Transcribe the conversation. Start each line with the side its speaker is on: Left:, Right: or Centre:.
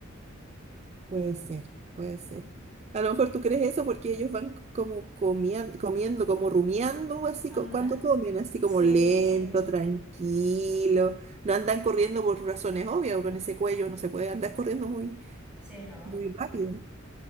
Right: Puede ser, puede ser. A lo mejor tú crees eso porque ellos van como comian- comiendo, como rumiando, así
Centre: Anda.
Right: co- cuando comen, así
Centre: Sí,
Right: como lento,
Centre: sí, sí.
Right: tranquilo. No andan corriendo por razones obvias, con ese cuello no se puede andar corriendo muy,
Centre: Sí, no.
Right: muy rápido.